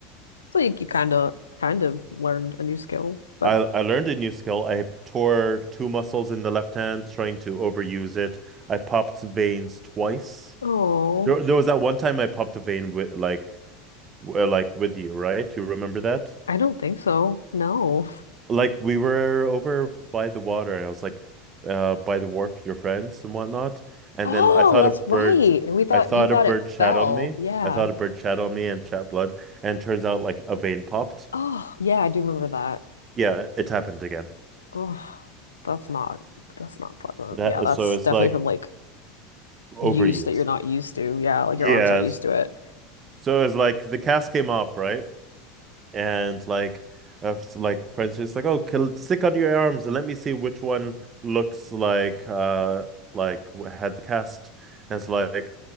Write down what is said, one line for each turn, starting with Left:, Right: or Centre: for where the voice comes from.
Left: So you, you kind of kind of learned a new skill, but
Right: I I learned a new skill. I tore two muscles in the left hand trying to overuse it. I popped veins twice.
Left: oh,
Right: There, there was that one time I popped a vein with like w- uh, like with you, right? You remember that?
Left: I don't think so. No. <laughs>
Right: Like we were over by the water, and I was like, uh, by the wharf, your friends and whatnot. And
Left: Oh,
Right: then I thought
Left: that's
Right: a bird,
Left: right. And we thought
Right: I thought
Left: you thought
Right: a bird
Left: it
Right: shat
Left: fell.
Right: on me.
Left: Yeah.
Right: I thought a bird shat on me and shat blood, and turns out like a vein popped.
Left: Oh, yeah, I do remember that.
Right: Yeah, it happened again.
Left: Oh, that's not that's not pleasant.
Right: That
Left: Yeah, that's
Right: so it's
Left: definitely
Right: like
Left: from like
Right: overuse.
Left: use that you're not used to. Yeah, like
Right: Yes.
Left: your arm's not used to it.
Right: So it's like the cast came off, right? and like uh, like friends just like oh kill, stick under your arms and let me see which one looks like uh like had the cast and it's like